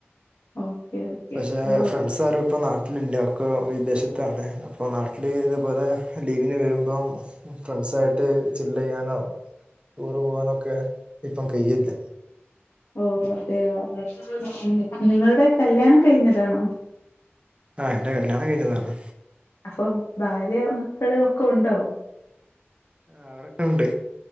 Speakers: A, on the left; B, on the right.
A: ഓക്കെ ഓക്കെ
B: പക്ഷേ
A: ഓ
B: ഫ്രണ്ട്സ് സാരു പ്പം നാട്ടിലില്ല ഒക്കെ വിദേശത്താണ് അപ്പോ നാട്ടില് ഇതേ പോലെ ലീവിന് വെരുമ്പം ഫ്രണ്ട്സായിട്ട് ചില്ലെയ്യാനൊ ടൂറ് പോവാനൊക്കെ ഇപ്പം കയ്യില്ല.
A: ഓഹ് അതെ യൊ <unintelligible> നിങ്ങളുടെ കല്യാണം കഴിഞ്ഞതാണോ?
B: ആഹ് എന്റെ കല്യാണം കഴിഞ്ഞതാണ്.
A: അപ്പം ഭാര്യ മക്കള് ഒക്കൊണ്ടോ?
B: ആഹ് അവരൊക്കെണ്ട്